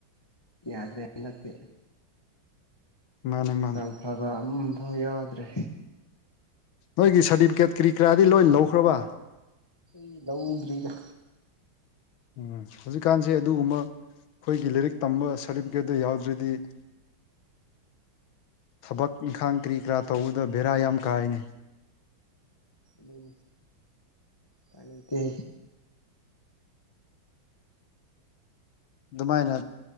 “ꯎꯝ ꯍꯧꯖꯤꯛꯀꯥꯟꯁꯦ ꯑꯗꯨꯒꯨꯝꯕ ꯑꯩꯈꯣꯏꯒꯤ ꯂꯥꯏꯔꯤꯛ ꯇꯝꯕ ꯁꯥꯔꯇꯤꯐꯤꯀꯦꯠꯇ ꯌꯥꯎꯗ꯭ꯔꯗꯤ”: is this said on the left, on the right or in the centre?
Left